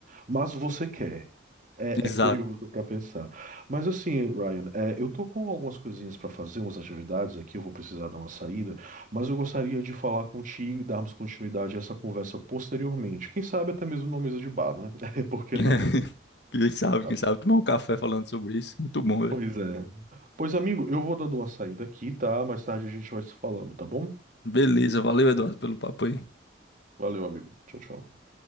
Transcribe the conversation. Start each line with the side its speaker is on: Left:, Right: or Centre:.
Right: mas você quer. É,
Left: exato.
Right: é curioso pra pensar. Mas assim, Ryan, é, eu tô com algumas coisinhas pra fazer, umas atividades aqui, eu vou precisar dar uma saída, mas eu gostaria de falar contigo e darmos continuidade a essa conversa posteriormente. Quem sabe até mesmo numa mesa de bar, né? <laughs> Por que
Left: <laughs>
Right: não?
Left: Quem sabe,
Right: Tá
Left: quem sabe, tomar um café falando sobre isso. Muito bom, velho.
Right: Pois é. Pois, amigo, eu vou dando uma saída aqui, tá? Mais tarde a gente vai se falando, tá bom?
Left: Beleza, valeu, Eduardo, pelo papo aí.
Right: Valeu, amigo. Tchau, tchau.